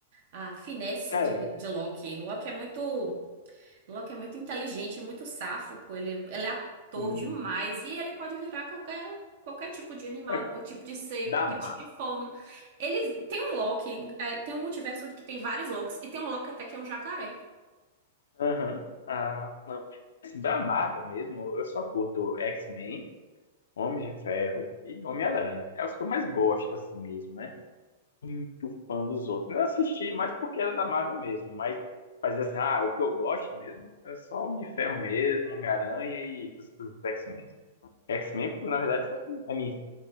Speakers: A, on the right; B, on the left.
A: a, a finesse
B: É,
A: de, de Loki. Loki é muito, Loki é muito inteligente, muito safo, pô. Ele, ele é ator
B: sim.
A: demais e ele pode virar qualquer, qualquer tipo de animal,
B: É
A: qualquer tipo de ser,
B: da
A: qualquer
B: Marvel.
A: tipo de forma. Ele tem um Loki, é, tem um multiverso onde que tem vários Lokis e tem um Loki até que é um jacaré.
B: Aham. Ah, não. Assim, Da Marvel mesmo, eu só curto X-Men, Homem de Ferro e Homem-Aranha. É os que eu mais gosto, assim mesmo, né? Muito fã dos outros. Eu assisti mais porque era da Marvel mesmo, mas, mas assim, ah, o que eu gosto mesmo é só Homem de Ferro mesmo, Homem-Aranha e os, os X-Men. X-Men, na verdade, foi a mim